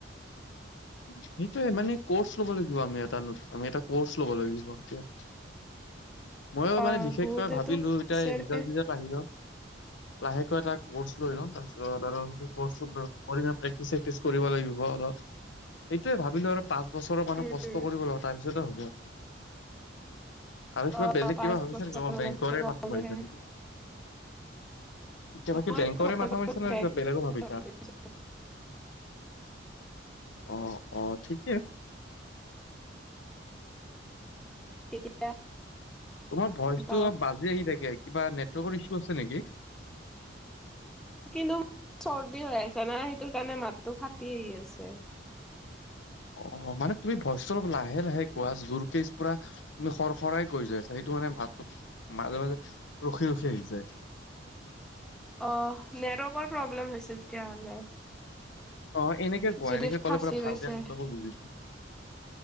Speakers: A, on the left (about 70°); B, in the centre.
A: সেইটোয়ে মানে কৰ্চ ল'ব লাগিব আমি এটা আমি এটা কৰ্চ ল'ব লাগিব এতিয়া। ময়ো
B: অ
A: মানে বিশেষকৈ
B: বহুতেতো
A: ভাবিলো
B: কৈছেৰে
A: এতিয়া ৰিজাল্টজাল্ট <unintelligible> আহি ন লাহেকৈ এটা কৰ্চ লৈ লওঁ তাৰছত প্ৰেট <unintelligible> কৰিব লাগিব আৰু, অলপ সটোয়ে ভাবিলো আৰু পাঁচ বছৰৰ মান
B: উম
A: কষ্ট কৰিব লাগিব তাৰপিছতে হ'ব। আৰু কিবা
B: অ
A: বেলেগ
B: পাঁচ
A: কিবা ভাবিছা
B: বছৰলৈকে
A: নেকি অ', বেংকৰে মাথা
B: গলেহে
A: মাৰিছা নকি কিবাকি
B: মইতো
A: বেংকৰে মাথা মাৰিছা নে
B: বেংক-
A: বেলেগো ভাবিছা।
B: <unintelligible>
A: অ অ ঠিকে
B: তেতিয়া <unintelligible>
A: তোমাৰ ভইচটো
B: পাওঁ
A: অপ বাজি আহি থাকে, কিবা নেটৱৰ্কৰ ইছু আছে নেকি।
B: কিন্তু চৰ্দি হৈ আছে না সেইটোৰ কাৰণে মাতটো ফাটি আহি আছে।
A: অ', মানে তুমি ভইচটো অলপ লাহে লাহে কোৱা জোৰকে পুৰা তুমি খৰ খৰাই কৈ যোৱা আছা সেইটো মানে ভাতটোক মাজে মাজে ৰখি ৰখি আহি যায়।
B: অ', নেটৱৰ্কৰ প্ৰব্লেম হৈছে তেতিয়াহ'লে।
A: অ'। এনেকে কোৱা
B: যদি
A: এনেকে
B: ফাঁচি
A: ক'লে পুৰা ভালকে
B: গৈছে
A: শব্দবোৰ বুজি প